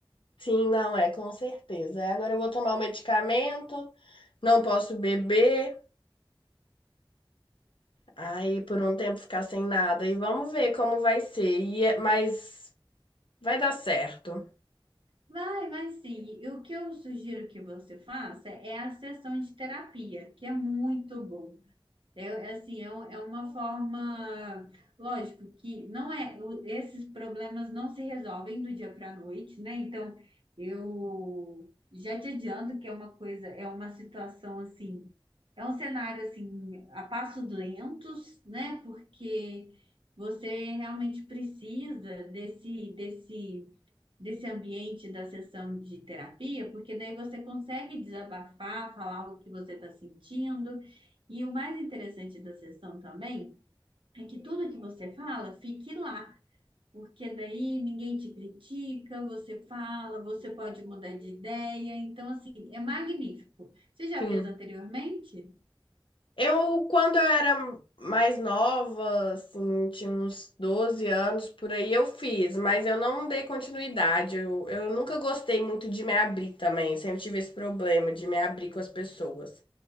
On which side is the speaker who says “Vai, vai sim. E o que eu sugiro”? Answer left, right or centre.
Right